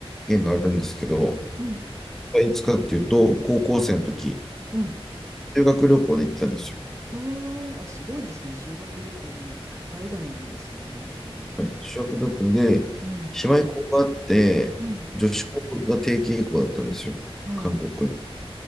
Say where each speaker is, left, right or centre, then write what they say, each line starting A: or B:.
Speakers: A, in the centre; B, on the right.
A: 験があるんですけど、
B: うん。
A: いつかっていうと、高校生の時、
B: うん
A: 修学旅行で行ったんです
B: はあ、あ、すごいですね。修学旅行で今、海外なんですよね。そうね。
A: よ。はい、修学旅行で、
B: うん。
A: 姉妹校があって、
B: うん。
A: 女子校が定型校だったんですよ。
B: はい。
A: 韓国の。